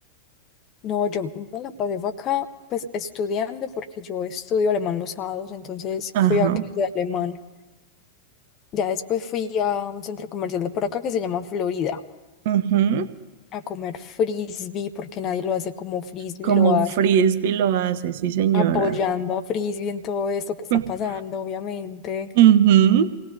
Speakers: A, on the left; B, on the right.
A: No, yo me la pasé fue acá, pues estudiando, porque yo estudio alemán los sábados, entonces
B: Ajá.
A: fui a clase de alemán. Ya después fui a un centro comercial de por acá que se llama Florida,
B: ujú,
A: a comer frisbee, porque nadie lo hace como frisbee
B: Como
A: lo hace,
B: frisbee lo hace, sí, señora.
A: apoyando a frisbee en todo esto que está
B: <laughs>
A: pasando, obviamente.
B: Ujú.